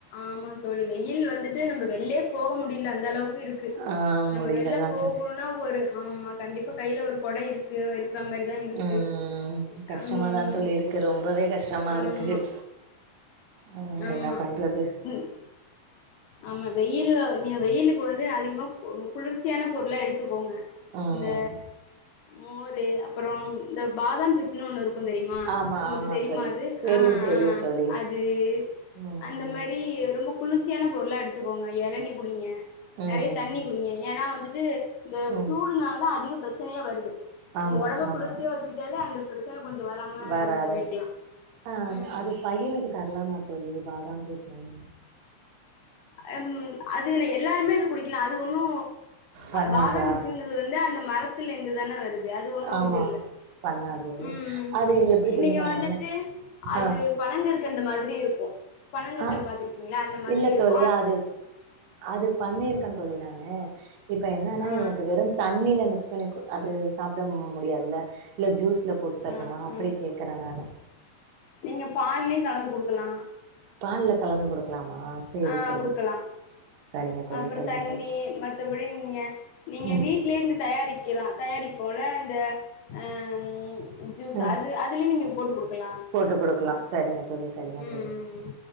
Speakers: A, on the left; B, on the right.
A: ஆமா தோழி வெயில் வந்துட் டு நம்ப வெள்லே போக முடில அந்த அளவுக்கு இருக்கு
B: ஆ
A: நம்ப
B: முடியலதா
A: வெள்ல போகணும்னா
B: தோழி
A: ஒரு ஆமா கண்டிப்பா கையில ஒரு கொடை இருக்கு இருக்குறா மேரி இதா இருக்கு
B: ம் கஷ்டமாதா
A: அம்
B: தோழி இருக்கு ரொம்பவே கஷ்டமா
A: ஆமா
B: இருக்கு ஆ
A: ஆமா
B: என்ன பண்றது
A: ன் ஆமா வெயில் நீங்க வெயிலுக்கு வந்து அதிகமா குளிர்ச்சியான பொருள்ளா எடுத்துக்கோங்க
B: ம்
A: இந்த மோரு அப்புறோ இந்த பாதாம் பிஸ் ‌இன்னோ ஒண்ணு இருக்குந் தெரியுமா
B: ஆமா
A: உங்களுக்கு
B: ஆமா
A: தெரியுமா
B: தோழி
A: அது
B: தெரியு
A: ஆ
B: தெரியு
A: ஆ
B: தோழி
A: அத் து
B: ம்
A: அந்த மாரி ரொம்ப குளிர்ச்சியான பொருளா எடுத்துக்கோங்க இளணி குடிங்க
B: ம்
A: நெறய தண்ணி குடிங்க ஏன்னா வந்துட்டு இந்த
B: ம்
A: சூடுனாலதா அதிக பிரச்சனையே வருது நம்ம
B: ஆமா
A: ஒடம்பு
B: ஆமா
A: குளிர்ச்சியா வச்சிட்டாலே அந்த பிரச்சன கொஞ்சொ வராம
B: வராது
A: நம்ம தவிர்க்கலா
B: ஆ அது
A: ம்
B: அது பையனுக்கு தரலாமா தோழி பாதாம் பிஸின்
A: ஹம் அது ஏன் எல்லாருமே அது குடிக்கலா அது ஒண்ணூ
B: பண்ணாதா
A: பாதா பிசின்ங்கறது வந்து அந்த மரத்துல இருந்துதா வருது அது ஒன்னூ
B: ஆமா
A: இது இல்ல
B: பண்ணாது
A: ம்
B: அது எப்டி தோழி
A: நீங்க
B: நா
A: வந்துட்டு
B: என்ன
A: அது
B: ஆ
A: பனங்கற்கண்டு மாதிரி இருக்கூ பனங்கற்கண்டு
B: ஆ
A: பாத்திருக்கீங்களா அந்த மாதிரி
B: இல்ல
A: இருக்
B: தோழி அது அது பண்ணிருக்கே தோழி நானு இப்ப என்னன்னா
A: ஆ
B: இவனுக்கு வெறு தண்ணில மிக்ஸ் கட் பண்ணி அது சாப்பிட முடியாதுல இல்ல ஜூஸ்ல போட்டு தரணுமா
A: ஆ
B: அப்டி
A: ஆ
B: கேக்ற நானு
A: நீங்க பால்லயயூ கலந்து கொடுக்கலா
B: பால்ல கலந்து குடுக்கலாமா சேரி
A: ஆ
B: சேரி
A: கொடுக்கலா
B: சரிங்க தோழி
A: அப்புறோ
B: சரிங்க
A: தண்ணி
B: தோழி
A: மத்தபடி நீங்க நீங்க
B: ம்
A: வீட்லயே இருந்து தயாரிக்கலா தயாரிப்பு போல இந்த ஆம் ஜூஸ்
B: ம்
A: அது அதுலயூ நீங்க போட்டு கொடுக்கலா
B: போட்டு கொடுக்கலா சரிங்க தோழி சரிங்க
A: ம்
B: தோழி